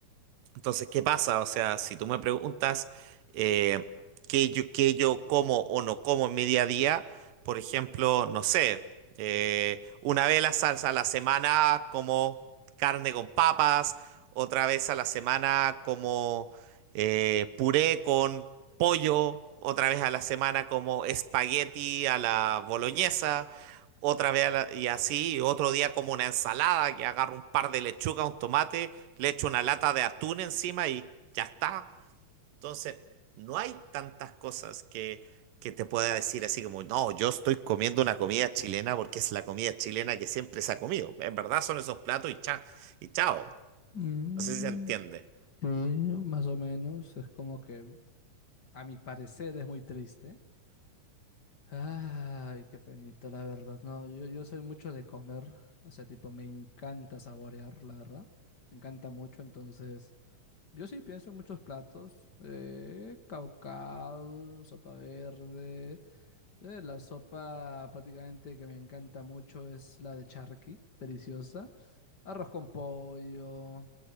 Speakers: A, on the right; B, on the left.
A: entonces, ¿qué pasa? O sea, si tú me preguntas eh, qué yo, qué yo como o no como en mi día a día, por ejemplo, no sé, eh, una vez la salsa a la semana como carne con papas, otra vez a la semana como eh, puré con pollo, otra vez a la semana como espagueti a la boloñesa otra vez a la- y así, y otro día como una ensalada, que agarro un par de lechuga, un tomate, le echo una lata de atún encima y ya está. Entonces, no hay tantas cosas que, que te pueda decir así como, no, yo estoy comiendo una comida chilena porque es la comida chilena que siempre se ha comido. En verdad son esos platos y cha- y chao.
B: mm,
A: No sé si se entiende.
B: sí, más o menos. Es como que, a mi parecer, es muy triste. Ay, qué penito, la verdad. No, yo, yo soy mucho de comer. O sea, tipo, me encanta saborear, la verdad. Me encanta mucho, entonces. Yo sí pienso en muchos platos, eh, caucao, sopa verde, eh, la sopa prácticamente que me encanta mucho es la de charqui, deliciosa, arroz con pollo,